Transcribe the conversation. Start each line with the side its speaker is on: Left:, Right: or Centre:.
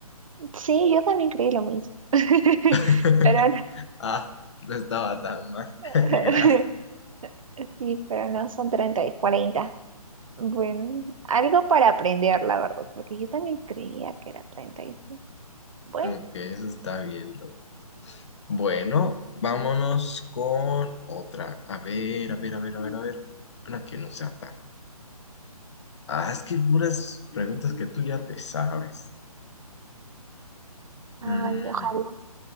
Right: sí, yo también creí lo mismo. <laughs>
Left: <laughs>
Right: Pero no.
Left: Ah, no estaba tan mal.
Right: <laughs>
Left: <laughs> Gracias.
Right: Sí, pero no son treinta y cuarenta Bueno, algo para aprender, la verdad, porque yo también creía que era treinta y... Bueno,
Left: Ok, eso está bien, loco. Bueno, vámonos con otra. A ver, a ver, a ver, a ver, a ver. Una que no sea tan. Ah, es que hay puras preguntas que tú ya te sabes. Mm,
Right: ay, ojalá.